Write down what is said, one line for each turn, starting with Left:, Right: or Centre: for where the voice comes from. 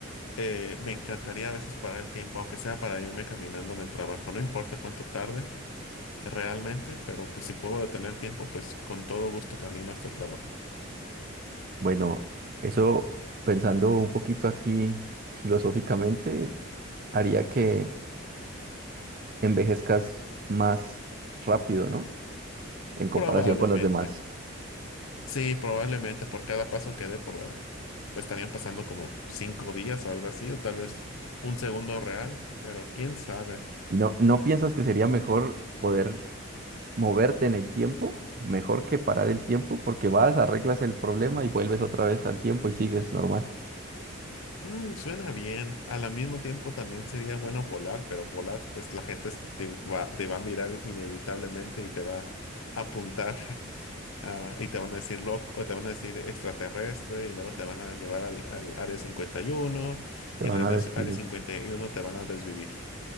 Left: eh, me encantaría a veces parar el tiempo, aunque sea para irme caminando en el trabajo. No importa cuánto tarde realmente, pero pues si puedo detener el tiempo, pues con todo gusto camino hasta el trabajo.
Right: Bueno, eso pensando un poquito aquí filosóficamente, haría que envejezcas más rápido, ¿no? En comparación
Left: Probablemente.
Right: con las demás.
Left: Sí, probablemente por cada paso que dé, por, eh, pues estarían pasando como cinco días o algo así, o tal vez un segundo real, pero quién sabe.
Right: ¿Y no, no piensas que sería mejor poder moverte en el tiempo, mejor que parar el tiempo, porque vas, arreglas el problema y vuelves otra vez al tiempo y sigues normal.
Left: Mm, suena bien. Al mismo tiempo también sería bueno volar, pero volar, pues la gente es- te va, te va a mirar inevitablemente y te va a apuntar <laughs> ah, y te van a decir loco, o te van a decir extraterrestre y luego te van a llevar al, al área cincuenta y uno
Right: Te
Left: y
Right: van
Left: en el
Right: a
Left: área,
Right: decir,
Left: área cincuenta y uno te van a desvivir.